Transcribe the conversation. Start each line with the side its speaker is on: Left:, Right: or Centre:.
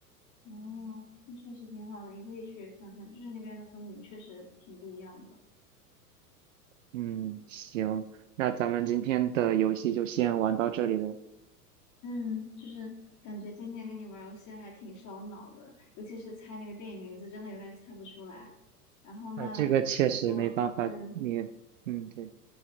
Left: 哦，那确实挺好的，你可以去看看，就是那边的风景确实挺不一样的。
Right: 嗯，行，那咱们今天的游戏就先玩到这里了。
Left: 嗯，就是感觉今天跟你玩儿游戏还挺烧脑的，尤其是猜那个电影名字，真的有点猜不出来。然后呢，
Right: 啊，这个确实没办法，
Left: 如果嗯。
Right: 你，嗯，对，